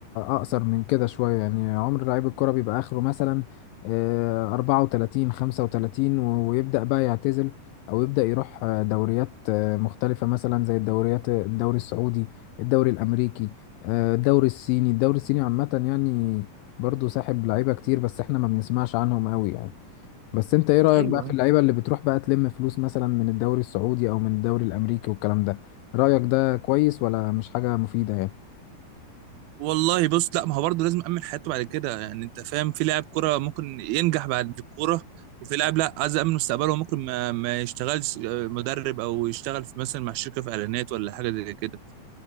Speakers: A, on the left; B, on the right.
A: اقصر من كده شوية يعني عمر لعيب الكرة بيبقى اخره مثلا آه، 34 35 و- ويبدأ بقى يعتزل او يبدأ يروح آه، دوريات آه، مختلفة مثلا زي الدوريات الدوري السعودي الدوري الامريكي آه، الدوري الصيني الدوري الصيني عامة يعني برضو ساحب لعيبة كتير بس احنا ما بنسمعش عنهم قوي يعني بس انت ايه رأيك
B: ايوه
A: بقى في اللعيبة اللي بتروح بقى تلم فلوس مثلا من الدوري السعودي او من الدوري الامريكي والكلام ده رأيك ده كويس ولا مش حاجة مفيدة يعني
B: والله بص لا ما هو برضه لازم امن حياته بعد كده يعني انت فاهم في لاعب كرة ممكن ينجح بعد الكوره وفي لاعب لا عايز امن مستقبله ممكن ما, ما يشتغلش آه، مدرب او يشتغل في مثلا مع شركه في اعلانات ولا حاجه زي كده